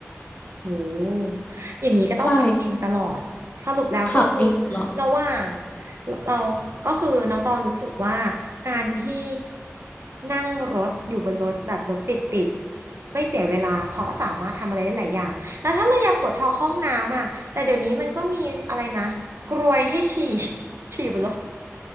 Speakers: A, on the right; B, on the left.
A: โหอย่างนี้ก็ต้องขับเองตลอด
B: ใช่
A: สรุปแล้วก็คือ
B: ขับเองตลอด
A: ระหว่าง เราก็คือน้องตองรู้สึกว่าการที่นั่งรถอยู่บนรถแบบรถติดติดไม่เสียเวลาเพราะสามารถทำอะไรได้หลายอย่าง แล้วถ้าเราอยากปวดท้องเข้าห้องน้ำอ่ะแต่เดี๋ยวนี้มันก็มีอะไรนะกรวยให้ฉี่ <laughs> ฉี่บนรถ